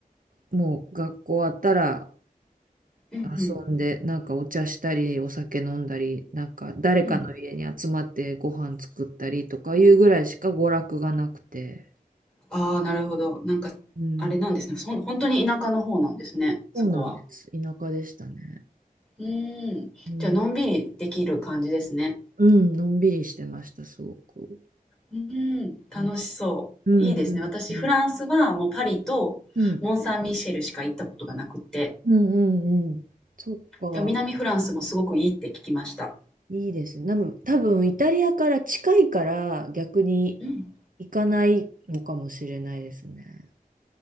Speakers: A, on the right; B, in the centre.
A: もう学校終わったら
B: うんうん
A: 遊んで、なんかお茶したり、お酒飲んだり、なんか誰かの家に集まってご飯作ったりとかいうぐらいしか娯楽がなくて、
B: うん。ああ、なるほど。なんか、
A: うん、
B: あれなんですね。そん、本当に田舎の方なんですね。
A: そうなんです。
B: そこは。
A: 田舎でしたね。
B: うーん。
A: うん、
B: じゃあ、のんびりできる感じですね。
A: うん、のんびりしてました、すごく。
B: うん、楽しそう。
A: うん、う
B: いいですね。私、
A: ん、うん。
B: フランスはもうパリとモン・
A: うん。
B: サン・ミシェルしか行ったことがなくって、
A: うんうんうん。そっか。
B: でも南フランスもすごくいいって聞きました。
A: いいですね。で多分イタリアから近いから逆に
B: うん。
A: 行かないのかもしれないですね。